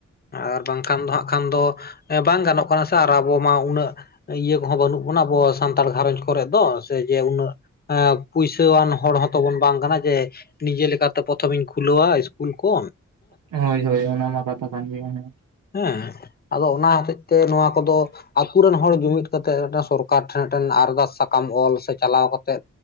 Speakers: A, on the left; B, on the right.
A: ᱟᱨ ᱵᱟᱝᱠᱷᱟᱱ ᱫᱚ ᱦᱟᱸᱜ ᱠᱷᱟᱱ ᱫᱚ ᱵᱟᱝ ᱜᱟᱱᱚᱜ ᱠᱟᱱᱟ ᱥᱮ ᱟᱨ ᱟᱵᱚ ᱢᱟ ᱩᱱᱟᱹᱜ ᱤᱭᱟᱹ ᱟᱵᱚᱦᱚ ᱵᱟᱹᱱᱩᱜ ᱵᱚᱱᱟ ᱟᱵᱚ ᱥᱟᱱᱛᱟᱲ ᱜᱷᱟᱨᱚᱡᱽ ᱠᱚᱨᱮ ᱫᱚ, ᱥᱮ ᱡᱮ ᱩᱱᱟᱹᱜ ᱮᱸ ᱯᱩᱭᱥᱟᱹᱣᱟᱱ ᱦᱚᱲ ᱦᱚᱸ ᱛᱚ ᱵᱚᱱ ᱵᱟᱝ ᱠᱟᱱᱟ ᱡᱮ ᱱᱤᱡᱮ ᱞᱮᱠᱟ ᱯᱨᱚᱛᱷᱚ ᱢᱤᱧ ᱠᱷᱩᱞᱟᱹᱣᱟ ᱤᱥᱠᱩᱞ ᱠᱚᱱ
B: ᱦᱳᱭ ᱦᱳᱭ ᱚᱱᱟᱢᱟ ᱠᱟᱛᱷᱟ ᱠᱟᱱ ᱜᱮᱭᱟ ᱦᱮᱸ᱾
A: ᱦᱮᱸ ᱟᱫᱚ ᱚᱱᱟ ᱦᱚᱛᱮᱡ ᱛᱮ ᱱᱚᱣᱟ ᱠᱚᱫᱚ ᱟᱛᱩ ᱨᱮᱱ ᱦᱚᱲ ᱡᱩᱢᱤᱫ ᱠᱟᱛᱮ ᱢᱤᱫᱴᱟᱝ ᱥᱚᱨᱠᱟᱨ ᱴᱷᱮᱱ ᱢᱤᱫᱴᱮᱱ ᱟᱨᱫᱟᱥ ᱥᱟᱠᱟᱢ ᱚᱞ ᱥᱮ ᱪᱟᱞᱟᱣ ᱠᱚᱛᱮᱜ